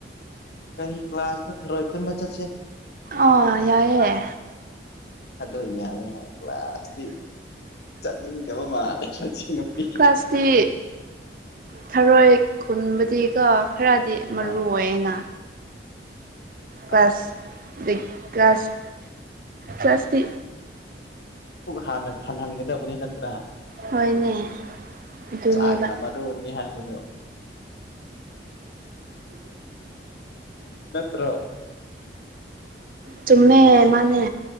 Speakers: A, on the left; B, on the right.
A: ꯀꯔꯤ ꯀ꯭ꯂꯥꯁ ꯅꯊꯔꯣꯏ ꯑꯩꯈꯣꯏꯟꯕ ꯆꯠꯁꯤꯦ
B: ꯑꯥ ꯌꯥꯏꯑꯦ
A: ꯑꯗꯣ ꯏ ꯌꯥ ꯀ꯭ꯂ ꯀ꯭ꯂꯥꯁ ꯆꯠꯅꯤꯡꯗꯕ ꯃꯥꯜꯂꯦ ꯅꯨꯄꯤꯁꯦ
B: ꯀ꯭ꯂꯥꯁꯇꯤ ꯊꯔꯣꯏ ꯈꯨꯟꯕꯗꯤ ꯀꯣ ꯈꯔꯗꯤ ꯃꯔꯨ
A: ꯍꯥꯏ
B: ꯑꯣꯏꯌꯦꯅ
A: ꯌꯥꯏ
B: ꯀ꯭ꯂ꯭ꯂꯥꯁ
A: ꯌꯥꯏ
B: ꯀꯥꯁ ꯄ꯭ꯂꯥꯁꯥꯁꯇ
A: ꯨꯛ ꯍꯥꯟꯅ ꯊꯍꯟꯒꯗꯕꯅꯤ ꯅꯠꯇ꯭ꯔꯥ
B: ꯍꯣꯏꯅꯦ ꯑꯗꯨꯅꯦꯕ
A: ꯆꯥꯛꯅ ꯃꯔꯨꯅꯤ ꯍꯥꯏꯕꯗꯣ ꯅꯠꯇ꯭ꯔꯣ
B: ꯆꯨꯝꯃꯦ ꯃꯥꯅꯦ